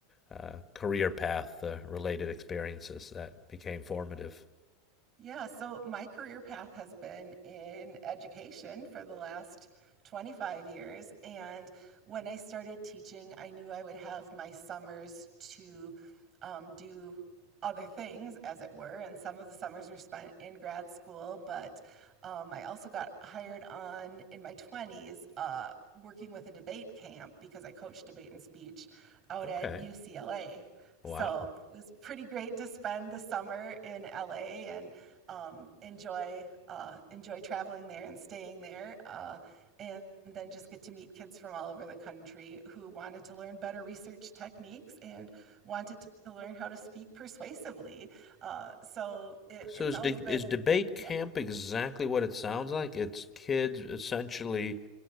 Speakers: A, on the left; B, on the right.
A: uh, career path uh, related experiences that became formative?
B: Yeah, so my career path has been in education for the last 25 years. And when I started teaching, I knew I would have my summers to um, do other things, as it were. And some of the summers were spent in grad school, but um, I also got hired on in my 20s. Uh, working with a debate camp because I coached debate and speech out
A: Okay,
B: at UCLA.
A: wow.
B: So it was pretty great to spend the summer in LA and um, enjoy uh, enjoy traveling there and staying there, uh, and then just get to meet kids from all over the country who wanted to learn better research techniques and wanted to learn how to speak persuasively. Uh, so it,
A: So
B: it's
A: is
B: always
A: de-
B: been
A: is debate camp
B: yeah
A: exactly what it sounds like? It's kids essentially